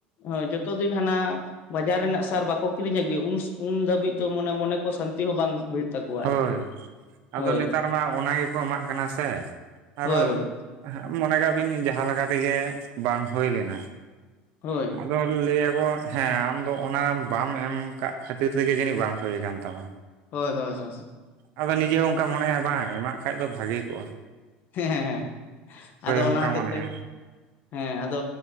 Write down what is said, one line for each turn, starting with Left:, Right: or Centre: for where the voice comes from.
Left: ᱦᱳᱭ, ᱡᱚᱛᱚ ᱫᱤᱱ ᱦᱟᱱᱟ ᱵᱟᱡᱟᱨ ᱨᱮᱱᱟᱜ ᱥᱟᱨ ᱵᱟ ᱠᱚ ᱠᱤᱨᱤᱧ ᱟᱜᱩᱭᱮᱫ ᱩᱱ ᱫᱷᱟᱹᱵᱤᱡ ᱫᱚ ᱢᱟᱱᱮ ᱢᱚᱱᱮ ᱠᱚ ᱥᱟᱱᱛᱤ ᱦᱚᱸ ᱵᱟᱝ ᱦᱩᱭᱩᱜ ᱛᱟᱠᱚᱣᱟ
Right: ᱦᱳᱭ,
Left: ᱟᱨᱠᱤ
Right: ᱟᱫᱚ
Left: ᱦᱳᱭ
Right: ᱱᱮᱛᱟᱨ ᱢᱟ ᱚᱱᱟ ᱜᱮᱠᱚ ᱮᱢᱟᱜ ᱠᱟᱱᱟ ᱥᱮ ᱟᱨᱚ
Left: ᱦᱳᱭ ᱦᱳᱭ
Right: ᱦᱟᱸᱜ ᱢᱚᱱᱮ ᱠᱟᱜ ᱵᱤᱱ ᱡᱟᱦᱟᱸ ᱞᱮᱠᱟ ᱛᱮᱜᱮ ᱵᱟᱝ ᱦᱩᱭ ᱞᱮᱱᱟ,
Left: ᱦᱳᱭ
Right: ᱟᱫᱚ ᱞᱟᱹᱭᱟᱠᱚ ᱦᱮᱸ ᱟᱢᱫᱚ ᱚᱱᱟ ᱵᱟᱢ ᱮᱢ ᱠᱟᱜ ᱠᱷᱟᱹᱛᱤᱨ ᱛᱮᱜᱮ ᱡᱟᱹᱱᱤᱡ ᱵᱟᱝ ᱦᱩᱭ ᱟᱠᱟᱱ ᱛᱟᱢᱟ᱾
Left: ᱦᱳᱭ ᱦᱳᱭ ᱦᱳᱭ᱾
Right: ᱟᱫᱚ ᱱᱤᱡᱮ ᱦᱚᱸ ᱚᱱᱠᱟ ᱢᱚᱱᱮ ᱦᱩᱭᱩᱜ-ᱟ ᱵᱟᱝ ᱮᱢᱟᱜ ᱠᱷᱟᱡ ᱫᱚ ᱵᱷᱟᱜᱮ ᱠᱚᱜ-ᱟ᱾
Left: ᱦᱮᱸ ᱦᱮᱸ ᱦᱮᱸ, ᱟᱫᱚ
Right: ᱚᱱᱠᱟ
Left: ᱚᱱᱟ ᱦᱚᱛᱮᱡ
Right: ᱢᱚᱱᱮᱜᱼᱟ
Left: ᱛᱮ ᱦᱮᱸ ᱟᱫᱚ